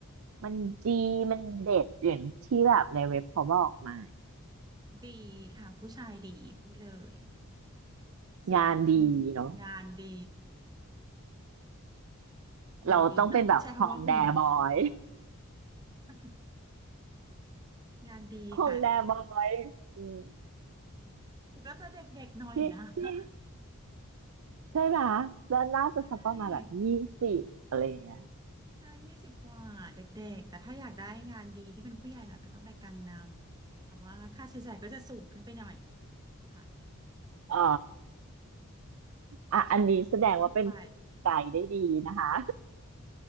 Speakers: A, on the right; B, on the right.
A: มันดี มันเด็ดอย่างที่แบบในเว็บเขาบอกไหม
B: ดีค่ะผู้ชายดีพูดเลยสูง
A: งานดีเนาะ
B: งานดีหุ่นดีต้องใช้คำว่าหุ่นดี
A: เราต้องเป็นแบบฮองแดบอย
B: <laughs> งานดีค่ะ
A: ฮองแดบอยอืม
B: ก็จะเด็กๆหน่อยนะ
A: ที่ที่
B: <laughs>
A: ใช่ไหม แล้วน่าจะสักประมาณแบบยี่สิบอะไรอย่างเงี้ย
B: ใช่ใช่ยี่สิบกว่าเด็กๆแต่ถ้าอยากได้งานดีที่เป็นผู้ใหญ่หน่อยก็ต้องไปกังนำแต่ว่าค่าใช้จ่ายก็จะสูงขึ้นไปหน่อยค่ะ
A: อ๋ออ่ะอันนี้แสดงว่าเป็น
B: คุณเลยต้องไป
A: ไกด์ได้ดีนะคะ